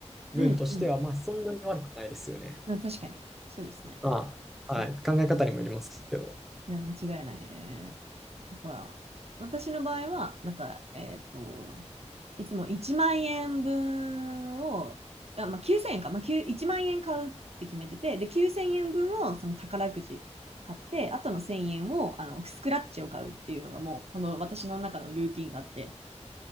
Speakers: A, in the centre; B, on the right.
A: 分としては、
B: うんうん。
A: まあ、そんなに悪くないですよね。
B: まあ確かに、そうですね。
A: まあ、
B: そう
A: はい。考え方にもよりますけど。
B: いや、間違いないね。だから、私の場合は、なんか、えっと、いつも1万円分を、あ、まあ、9000円か、まあ、9 1万円買うって決めてて、で、9000円分をその宝くじ買って、あとの1000円をあのスクラッチを買うっていうのがもう、この私の中のルーティンがあって、